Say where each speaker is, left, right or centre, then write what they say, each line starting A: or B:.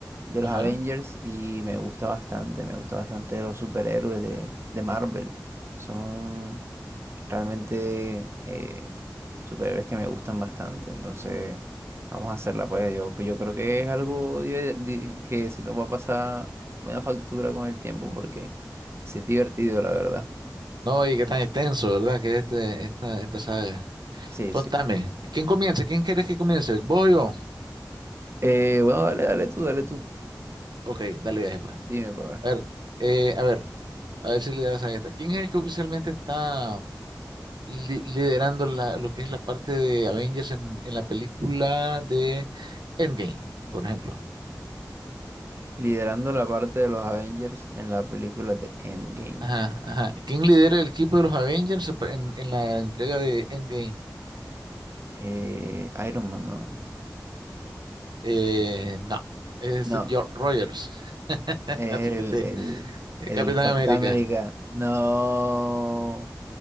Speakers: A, on the right; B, on the right.
A: de
B: Ajá.
A: los Avengers y me gusta bastante. Me gusta bastante los superhéroes de, de Marvel. Son... Realmente eh, superhéroes que me gustan bastante, entonces vamos a hacerla pues. Yo, yo creo que es algo diver- di- que si nos va a pasar buena factura con el tiempo porque sí es divertido, la verdad.
B: No, y qué tan extenso, ¿verdad? Que es este, esta, esta saga.
A: Sí,
B: Contame,
A: sí. sí.
B: ¿quién comienza? ¿Quién quieres que comience? ¿Vos o yo?
A: Eh, bueno, dale, dale tú, dale tú.
B: Ok, dale viaje pues. A
A: Dime, para ver.
B: ver, eh, a ver, a ver si le das a esta. ¿Quién es el que oficialmente está li- liderando la- lo que es la parte de Avengers en, en la película de Endgame, por ejemplo?
A: Liderando la parte de los Avengers en la película de Endgame.
B: Ajá, ajá. ¿Quién lidera el equipo de los Avengers en, en la entrega de Endgame?
A: Eh, Iron Man, no.
B: Eh, no, es
A: No,
B: Steve Jo- Rogers. <laughs>
A: Es
B: Así
A: el,
B: que te,
A: el,
B: eh,
A: el
B: Capitán
A: Capitán
B: América.
A: Capitán América. No.